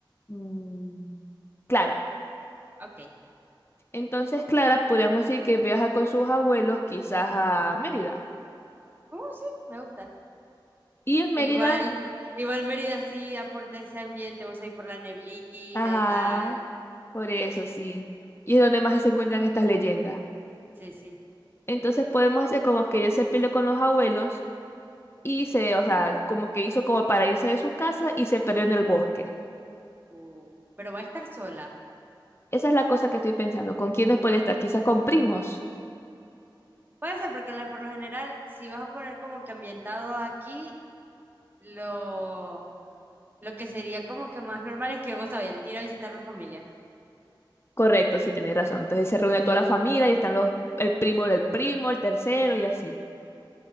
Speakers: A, on the left; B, on the right.
A: mm, Clara.
B: ok.
A: Entonces Clara, podríamos decir que viaja con sus abuelos quizás a Mérida.
B: Uh, sí, me gusta.
A: Y en Mérida,
B: Igual, igual Mérida sí aporta ese ambiente, vos ahí por la neblina
A: ajá,
B: y tal.
A: por eso
B: Sí,
A: sí. Y es donde más se encuentran estas leyendas.
B: sí. sí.
A: Entonces podemos hacer como que ella se peleó con los abuelos y se, o sea, como que hizo como para irse de su casa y se perdió en el bosque.
B: Uh, Pero va a estar sola.
A: Esa es la cosa que estoy pensando. ¿Con quiénes podría estar? Quizás con primos.
B: Puede ser, porque lo- por lo general, si vas a poner como que ambientado aquí, lo, lo que sería como que más normal es que vos sabés, ir a visitar a la familia.
A: Correcto, sí, tenés razón. Entonces se reúne toda la familia y están los, el primo del primo, el tercero y así.